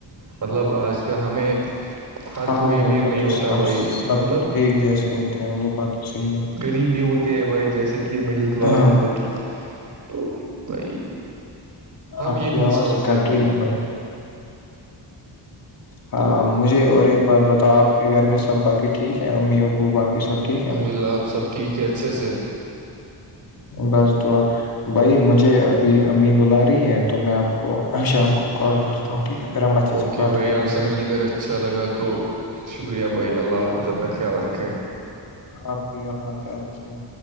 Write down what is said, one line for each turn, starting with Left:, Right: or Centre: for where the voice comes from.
Right: مطلب آج کا ہمیں ہر
Left: ہاں
Right: کوئی
Left: وہ
Right: امیر
Left: بات
Right: نہیں
Left: تو
Right: ہوتا
Left: اب
Right: بھائی
Left: سب
Right: مطلب
Left: ایک جیسے ہوتے ہیں وہ بات تو صحیح ہے
Right: غریبی ہوتے ہیں بھائی جیسے کہ مڈل کلاس
Left: ہاں،
Right: بندے بھی تو بھائی ہم
Left: آپ
Right: یہ
Left: کی
Right: نہیں
Left: آواز
Right: سوچتے
Left: کٹ
Right: بھائی
Left: رہی ہے ہاں
Right: تو
Left: مجھے اور ایک بات بتاؤ آپ کے گھر میں سب باقی ٹھیک ہے امی ابو باقی سب ٹھیک ہے
Right: گلاب سب ٹھیک ہے اچھے سے
Left: بس دعا بھائی مجھے ابھی امی بلا رہی ہیں تو میں آپ کو میں شام کو کال کرتا ہوں ٹھیک ہے پھر ہم اچھے
Right: اوکے
Left: سے بات
Right: بھائی
Left: کریں
Right: آپ سے
Left: گے
Right: مل کر اچھا لگا تو شکریہ بھائی اللہ حافظ اپ نے خیال رکھے
Left: آپ بھی اپنا خیال رکھے گا